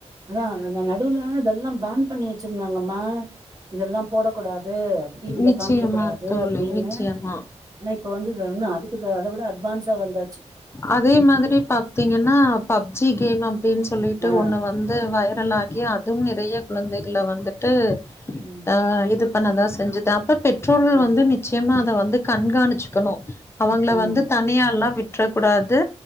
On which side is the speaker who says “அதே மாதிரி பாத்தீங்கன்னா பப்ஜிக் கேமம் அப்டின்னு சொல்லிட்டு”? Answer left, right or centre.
Left